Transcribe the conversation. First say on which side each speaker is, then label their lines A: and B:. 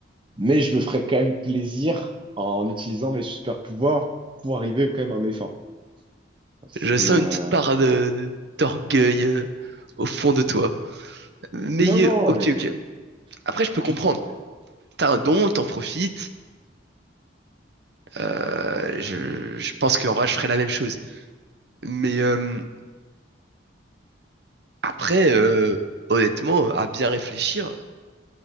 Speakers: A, on the right; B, on the right.
A: mais je me ferais quand même plaisir en utilisant mes super pouvoirs pour arriver quand même à mes fins. Parce
B: Je
A: que,
B: sens
A: euh,
B: une petite part de, de- d'orgueil euh, au fond de toi. Mais
A: non, non,
B: euh, ok,
A: mais
B: ok. Après, je peux
A: pas
B: comprendre.
A: du tout.
B: T'as un don, t'en profites. Euh, je, je pense qu'en vrai, je ferais la même chose. Mais euh, après, euh, honnêtement, à bien réfléchir,